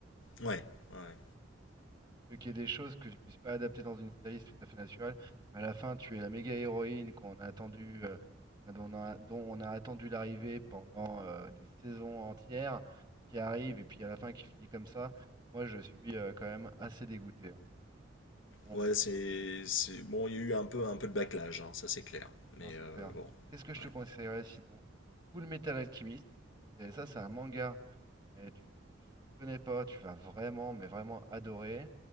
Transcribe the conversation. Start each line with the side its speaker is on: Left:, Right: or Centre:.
Left: Ouais, ouais.
Right: que qu'il y ait des choses que tu puisses pas adapter dans une série, c'est tout à fait naturel. Mais à la fin, tu es la méga héroïne qu'on a attendu, euh, dont on a, dont on a attendu l'arrivée pendant euh, des saisons entières, qui arrive et puis à la fin qui finit comme ça. Moi, je suis euh, quand même assez dégoûté. hein. Bon,
Left: Ouais, c'est, c'est- Bon, il y a eu un peu, un peu de backlash, hein, ça c'est clair. Mais
Right: Non, c'est
Left: euh,
Right: clair.
Left: bon,
Right: Qu'est-ce que je
Left: ouais.
Right: te conseillerais sinon? Full Metal Alchemist. Et ça, c'est un manga. Mais tu tu connais pas, tu vas vraiment, mais vraiment adorer.